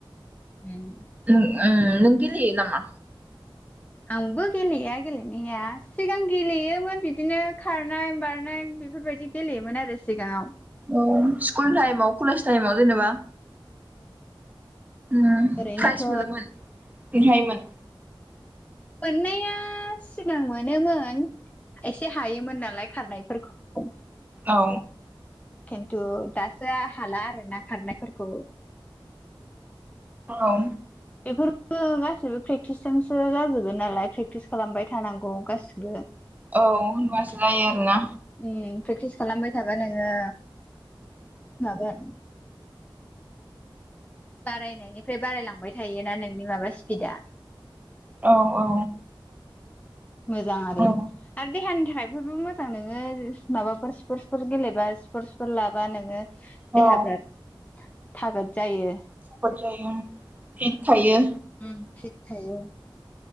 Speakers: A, on the left; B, on the right.
A: ओम।
B: ओ ओ नों गेलेयो नामा?
A: आंबो गेलेया गेलेनाया सिगां गेलेयोमोन बिदिनो खारनाय बारनाय। बेफोरबायदि गेलेयोमोन आरो। सिगाङाव
B: अ स्कुल टाइमाव कलेज टाइमव जेनेबा। ओम
A: ओरैनोथ'
B: फ्राइस मोनोमोन। बेहायमोन।
A: मोननाया सिगां मोनोमोन एसे हायोमोन नालाय खारनाय <unintelligible>
B: औ।
A: खिन्थु दासो हाला आरो ना खारनायफोरखौ
B: औ।
A: बेफोरबो गाैबो प्रेक्टिसजोंसो जाजोबो नालाय प्रेक्टिस खालामबाय थानांगौ गासिबो। उम
B: औ होनबासो जायो आरोना
A: प्रेक्टिस खालामबाय थाबाय नोङो माबा बारायनायनिफ्राय बारायलांबाय थायोना नोंनि माबा स्पिदआ
B: औ औ।
A: मोजां आरो
B: औ
A: आरो देहानि थाखाय बेफोरबो मोजां नोङो माबाफोर स्पर्टसफोर गेलेबा स्पर्टसफोर लाबा नोङो देहाफ्रा
B: औ
A: थागोद जायो।
B: खकद जायो फिद थायो।
A: उम फिट थायो।